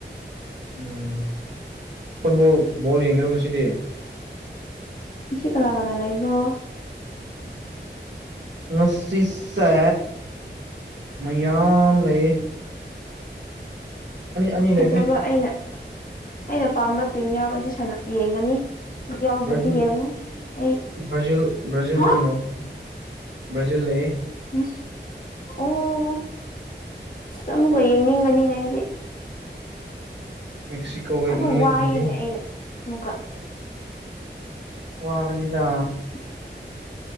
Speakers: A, on the right (about 75°); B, on the left (about 50°).
A: ꯎꯝ ꯐꯨꯠꯕꯣꯜ ꯕꯣꯜ ꯌꯦꯡꯒ‌ꯦꯔ‌ꯣ ꯉꯁꯤꯗꯤ
B: ꯉꯥꯁꯤ ꯀꯥꯅꯥ ꯀꯥꯅꯥ ꯂꯩꯕ꯭ꯔꯣ
A: ꯉꯁꯤꯁꯦ ꯃꯌꯥꯝ ꯂꯩꯌ‌ꯦ ꯑꯅꯤ
B: ꯐꯖꯕ
A: ꯂꯩꯕꯅꯤ
B: ꯑꯩꯅ ꯑꯩꯅ ꯄꯥꯝꯕ ꯇꯤꯝ ꯌꯥꯎꯔꯗꯤ ꯁꯥꯅ ꯌꯦꯡꯒꯅꯤ ꯌꯧꯗꯔꯗꯤ
A: ꯕ꯭ꯔꯥꯖꯤꯜ
B: ꯌꯦꯡꯉꫭꯏ ꯑꯩ
A: ꯕ꯭ꯔꯥꯖꯤꯜ ꯕ꯭ꯔꯥꯖꯤꯜꯒ
B: ꯍꯥ
A: ꯅꯣꯔ ꯕ꯭ꯔꯥꯖꯤꯜ ꯂꯩꯌꯦ
B: ꯑꯁ ꯑꯣ ꯑꯃꯨꯛꯀꯥ ꯌꯦꯡꯅꯤꯡꯒꯅꯤꯅꯦ ꯑꯩꯗꯤ
A: ꯃꯦꯛꯁꯤꯀꯣꯒ ꯏꯪꯂꯦꯟꯒꯒꯤ
B: ꯑꯗꯨ ꯋꯥꯏꯌꯦꯅꯦ ꯑꯩꯩꯅ ꯃꯨꯛꯀ
A: ꯋꯥꯒꯅꯤꯗ
B: <inaudible>